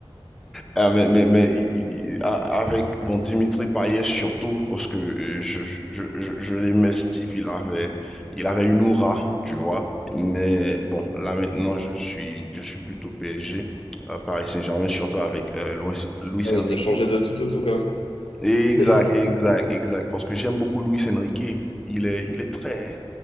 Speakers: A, in the centre; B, on the left (about 70°).
A: ah, mais, mais, mais il- il- a- avec bon, Dimitri Payet surtout, parce que euh, je, je, je, je- je l'aimais ce type, il avait, il avait une aura, tu vois. Mais bon, là maintenant, je suis, je suis plutôt PSG, euh, Paris Saint-Germain, surtout avec euh, Luis, Luis
B: Ah oui,
A: Enrique.
B: t'as changé de tout au tout comme ça.
A: Exact,
B: <laughs>
A: exact, exact, parce que j'aime beaucoup Luis Enrique. Il est, il est très,